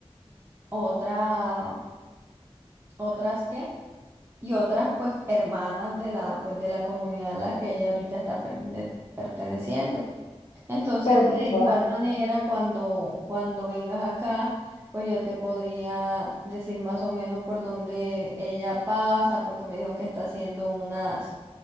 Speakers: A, on the right; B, on the left.
A: otra, otras que, y otras pues hermanas de la, pues, de la comunidad a la que ella ahorita está per- de- perteneciendo. Entonces,
B: Pero pues
A: de
B: toda,
A: igual manera, cuando, cuando vengas acá, pues yo te podría decir más o menos por dónde ella pasa, porque me dijo que está haciendo unas